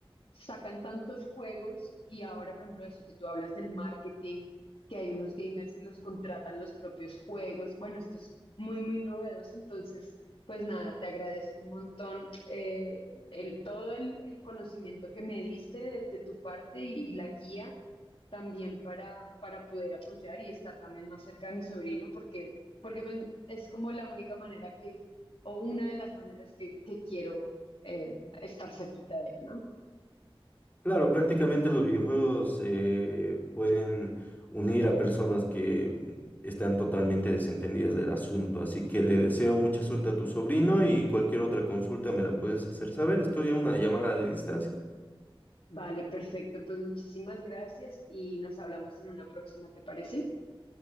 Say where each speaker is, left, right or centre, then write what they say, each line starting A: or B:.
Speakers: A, on the left; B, on the left.
A: sacan tantos juegos y ahora, por ejemplo, eso que tú hablas del marketing, que hay unos gamers que los contratan los propios juegos. Bueno, esto es muy, muy novedoso. Entonces, pues nada, te agradezco un montón eh, el, todo el, el conocimiento que me diste de, de tu parte y, y la guía también para, para poder apoyar y estar también más cerca de mi sobrino, porque, porque pues, es como la única manera que, o una de las maneras que, que quiero eh, estar cerquita de él, ¿no?
B: Claro, prácticamente los videojuegos eh, pueden unir a personas que mm, están totalmente desentendidas del asunto, así que le deseo mucha suerte a tu sobrino y cualquier otra consulta me la puedes hacer saber, estoy a una llamada de distancia.
A: Vale, perfecto. Pues muchísimas gracias y nos hablamos en una próxima, ¿te parece?